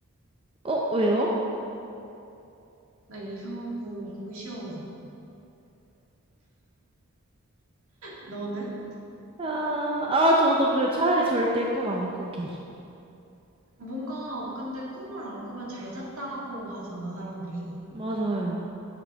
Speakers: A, on the right; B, on the right.
A: 어, 왜요?
B: 나 이상한 꿈 꾸기 싫어가지고. 너는?
A: 아, 아, 저도 그 차라리 절대 꿈 안 꾸기.
B: 뭔가 근데 꿈을 안 꾸면 잘 잤다고 하잖아, 사람들이.
A: 맞아요.